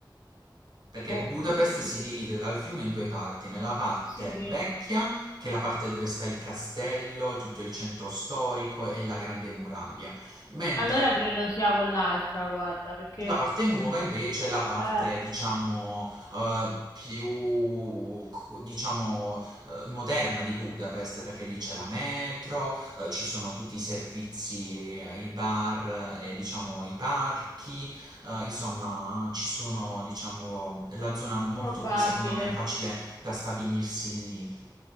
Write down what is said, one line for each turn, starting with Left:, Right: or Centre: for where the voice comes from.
Right: Perché
Left: boh,
Right: Budapest
Left: credo di
Right: si
Left: sì.
Right: divide dal fiume in due parti, nella parte
Left: Sì, sì.
Right: vecchia, che è la parte dove sta il castello e tutto il centro storico e la grande muraglia, mentre
Left: Allora credo sia quell'altra, guarda, perché
Right: la parte nuova
Left: non...
Right: invece è la parte,
Left: eh,
Right: diciamo, eh, più, co- diciamo, eh, moderna di Budapest, perché lì c'è la metro, eh, ci sono tutti i servizi, eh, i bar, eh, e, diciamo, i parchi, eh, insomma, ci sono, diciamo, la zona molto
Left: probabile.
Right: più, secondo me, facile da stabilirsi lì.